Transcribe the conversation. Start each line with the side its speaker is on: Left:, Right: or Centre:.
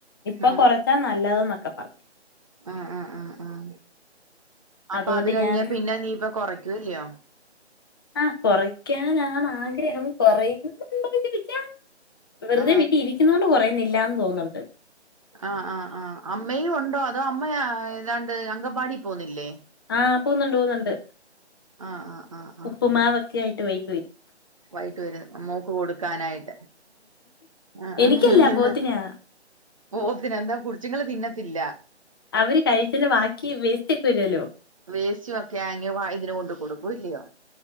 Left: ഇപ്പൊ
Right: ആ
Left: കുറച്ചാ നല്ലത് എന്നൊക്കെ പറഞ്ഞു
Right: ആഹ് ആഹ് ആഹ് അഹ് അപ്പൊ
Left: അതുകൊണ്ട്
Right: അത് കഴിഞ്ഞാ
Left: ഞാൻ
Right: പിന്നെ നീപ്പൊ കുറയ്ക്കുവല്ലയോ
Left: ആഹ കുറയ്ക്കാനാണ് ആഗ്രഹം കുറയുന്നുണ്ടോന്ന് ചോദിച്ചാ വെറുതെ
Right: ആ
Left: വിറ്റി ഇരിക്കുന്നോണ്ട് കുറയുന്നില്ലാന്ന് തോന്നുന്നുണ്ട്
Right: ആഹ് ആഹ് ആഹ് അമ്മയും ഉണ്ടോ അതോ അമ്മ ഏതാണ്ട് അങ്കവാടി പോന്നില്ലേ
Left: ആഹ് പോകുന്നുണ്ട് പോകുന്നുണ്ട്
Right: ആഹ് ആഹ് ആഹ്
Left: ഉപ്പുമാവൊക്കെ ആയിട്ട് വൈകിടു വരും
Right: വൈകീട്ട് വരും മോൾക്ക് കൊടുക്കാനായിട്ട് ആ
Left: എനിക്കല്ല
Right: ആഹ്
Left: പോത്തിനാ
Right: <unintelligible> പോത്തിന് എന്താ കുടിച്ചിങ്കൽ തിന്നത്തില്ല
Left: അവര് കഴിചീൽ ബാക്കി വേസ്റ്റക്ക വരുല്ലല്ലോ
Right: വേസ്റ്റ് ഒക്കെ അങ്ങ് വാ ഇതിന് കൊണ്ട് കൊടുക്കും അല്ലിയോ